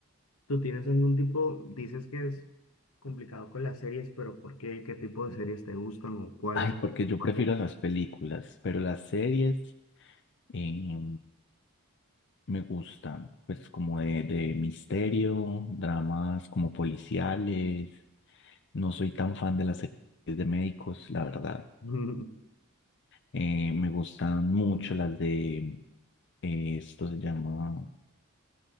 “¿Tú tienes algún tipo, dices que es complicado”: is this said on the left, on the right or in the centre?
Left